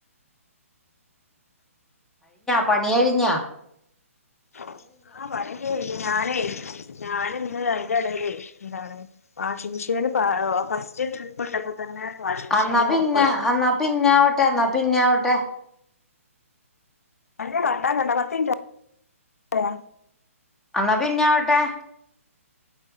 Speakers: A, in the centre; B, on the left.
A: പണികഴിഞ്ഞാ
B: ആ ക്കെ പണികഴിഞ്ഞ് ഞാനേ ഞാനിന്ന് അയ്ന്റെ എടേലെ ന്താണ് വാഷിംഗ് മെഷീന് അ ഫസ്റ്റ് ട്രിപ്പ് ഇട്ടപ്പ തന്നെ വാഷിംഗ് മെഷീന്
A: അന്നാ പിന്ന
B: ഓഫായി പോയി.
A: അന്ന പിന്ന അവട്ടെ ന്നാ പിന്നെവട്ടെ
B: അല്ല കട്ടാകണ്ട പത്തിൻ റ്റ് ആയ
A: അന്ന പിന്നൊവട്ടെ